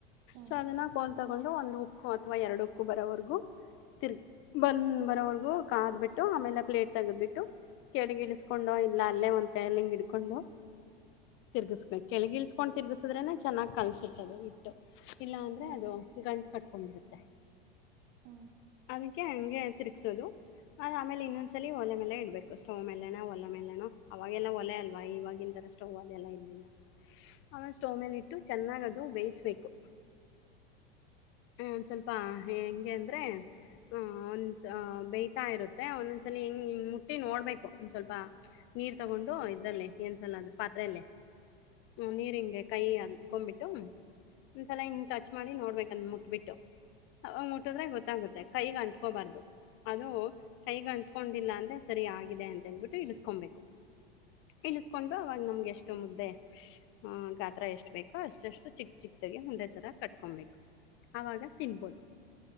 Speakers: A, on the left; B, on the right.
A: ಸಾಧನ
B: ಹ್ಮ್
A: ತಗೊಂಡು ಒಂದು ಉಕ್ಕು ಅಥವಾ ಎರಡು ಉಕ್ಕು ಬರೋವರೆಗೂ ತಿರ್ ಬ ಬರೋವರೆಗೂ ಕಾದ್ಬಿಟ್ಟು ಆಮೇಲೆ ಪ್ಲೇಟ್ ತಗದ್ಬಿಟ್ಟು ಕೆಡಗಿಡಿಸಕೊಂಡೋ ಇಲ್ಲ ಅಲ್ಲೇ ಒ ಕೈಯಲ್ಲಿಂಗ ಇಡ್ಕೊಂಡು ತಿರ್ಗಿಸಬೇಕು ಕೆಳಗಿಳಸ್ಕೊಂಡು ತಿರ್ಗಸಿದ್ರೆನೆ ಚೆನ್ನಾಗ್ ಕಲಸುತ್ತದೆ ಇಟ್ಟು ಇಲ್ಲ ಅಂದ್ರ ಅ
B: ಹ್ಮ್
A: ಅದು ಗಂಟು ಕಟ್ಕೊಂಡಂಬಿರುತ್ತೆ
B: ಹ್ಮ್
A: ಅದಕ್ಕೆ ಹಂಗೆ ತಿರುಗ್ಸೋದು ಅದು ಆಮೇಲೆ ಇನ್ನೊಂದ್ಸಲ ಒಲೆ ಮೇಲೆ ಇಡ್ಬೇಕು ಸ್ಟವ್ ಮೇಲೆೇನೋ ಒಲೆ ಮೇಲೆನೋ ಅವಾಗೆಲ್ಲ ಒಲೆ ಅಲ್ವಾ ಇವಾಗಿನಥರ ಸ್ಟವ್ ಒಲೆಲ್ಲ ಇರಲಿಲ್ಲ ಆಲೆ ಸ್ಟವ್ ಮೇಲೆ ಇಟ್ಟು ಚೆನ್ನಾಗ್ ಅದು ಬೇಯಿಸ್ಬೇಕು ಒಂದ್ ಸ್ವಲ್ಪ ಹೆಂಗೆ ಅಂದ್ರೆ ಆಹ ಒಂದ್ಸ ಬೇಯ್ತಾ ಇರುತ್ತೆ ಒಂದೊಂದ್ಸಲ ಹೆಂಗ್ಂಗ್ ಮುಟ್ಟಿ ನೋಡ್ಬೇಕು ಒಂದ್ ಸ್ವಲ್ಪ ನೀರ್ ತಗೊಂಡು ಇದ್ದಲ್ಲೇ ಏನ್ ಸಲ ಅದು ಪಾತ್ರೆಯಲ್ಲೇ ಹ ನೀರಿಂಗೆ ಕೈ ಅದಕೊಬಿಟ್ಟು ಸಲ <inaudible> ಮಾಡಿ ನೋಡ್ಬೇಕಂದ ಮುಟ್ಬಿಟ್ಟು ಅವಗ್ ಮುಟ್ಟಿದ್ರೆ ಗೊತ್ತಾಗುತ್ತೆ ಕೈಗೆ ಅಂಟ್ಕೋಬಾರ್ದು ಅದು ಕೈಗೆ ಅಂಟ್ಕೊಂಡಿಲ್ಲ ಅಂದ್ರೆ ಸರಿ ಆಗಿದೆ ಅಂತೇಳ್ಬಿಟ್ಟು ಇಳಿಸಕೊಬೇಕು ಇಲಿಸಕೊಂಡು ಅವಾಗ ನಮ್ ಎಷ್ಟು ಮುದ್ದೆ ಆ ಗಾತ್ರ ಎಷ್ಟು ಬೇಕೋ ಅಷ್ಟೆಷ್ಟು ಚಿಕ್ ಚಿಕ್ ದಗಿ ಉಂಡೆತರ ಕಟ್ಕೊಬೇಕು ಅವಾಗ ತಿನ್ಬೋದು